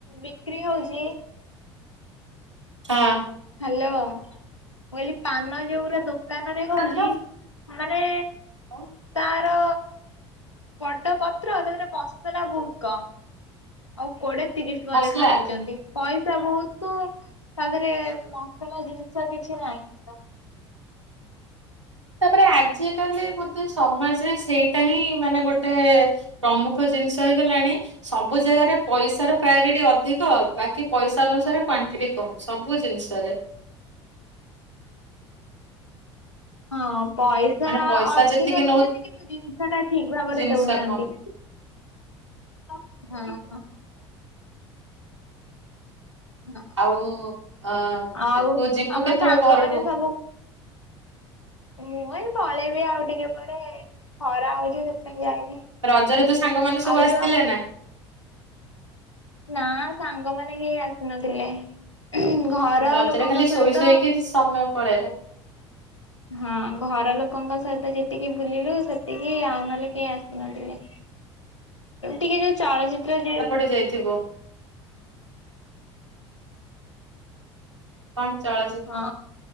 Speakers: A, on the left (about 85°); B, on the right (about 80°).
A: ବିକ୍ରି ହଉଛି।
B: ହଁ।
A: ହାଲୋ ମୁଁ କହିଲି ପାନ ଯୋଉ ଗୁରା ଦୋକାନରେ ହଉଛି।
B: ହଁ
A: ମାନେ।
B: ହଁ
A: ତାର ବଡ ପତ୍ର, ତା ଦେହେରେ ମସଲା ବହୁତ କମ୍। ଆଉ କୋଡିଏ ତିରିଶ ଟଙ୍କା
B: ମସଲା
A: ଲେଖା ନଉଛନ୍ତି, ପଇସା ବହୁତ ତା ଦେହେରେ ମସଲା ଜିନିଷ କିଛି ନାହିଁ।
B: ତାପରେ ଆଜିକାଲି ବୋଧେ ସମାଜରେ, ସେଇଟା ହିଁ ମାନେ ଗୋଟେ ପ୍ରମୁଖ ଜିନିଷ ହେଇଗଲାଣି, ସବୁ ଜାଗାରେ ପଇସାର ପ୍ରାୟୋରିଟି ଅଧିକ। ବାକି ପଇସା ଅନୁସାରେ କ୍ଵାଣ୍ଟିଟି କମ୍ ସବୁ ଜିନିଷରେ।
A: ହଁ ପଇସା
B: ମାନେ ପଇସା
A: ଅଧିକ
B: ଯେତିକି
A: ନଉଛନ୍ତି, କିନ୍ତୁ ଜିନିଷଟା ଠିକ୍ ଭାବରେ
B: ଜିନିଷ
A: ଦଉନାହାନ୍ତି।
B: କମ୍।
A: ହଁ- ହଁ। ହଁ
B: ଆଉ ଅ
A: ଆଉ
B: ତୁ ଯିବୁ
A: ଆମ
B: କେତେବେଳେ
A: ସାଙ୍ଗମାନେ
B: ଘରକୁ?
A: ସବୁ ମୁଁ ଏଇ ପଳେଇବି ଆଉ ଟିକେ ପରେ, ଖରା ହଉଛି ସେଥିପାଇଁ ଯାଇନି।
B: ରଜରେ ତୋ ସାଙ୍ଗମାନେ ସବୁ
A: ଆଉ
B: ଆସିଥିଲେ
A: ଯୋଉ ଆମ
B: ନା?
A: ନା ସାଙ୍ଗମାନେ କେହି ଆସିନଥିଲେ। ଘର
B: ରଜରେ
A: ଲୋକଙ୍କ
B: ଖାଲି ଶୋଇ
A: ସହିତ
B: ଶୋଇକି ସମୟ ପଳେଇଲା।
A: ହଁ ଘର ଲୋକଙ୍କ ସହିତ ଯେତିକି ବୁଲିଲୁ ସେତିକି, ଆଉ ନହେଲେ କେହି ଆସିନଥିଲେ। ଟିକେ ଯୋଉ ଚଳଚିତ୍ର ଯେ
B: ଯାଇଥିବ କଣ ଚଳଚି
A: ହଁ।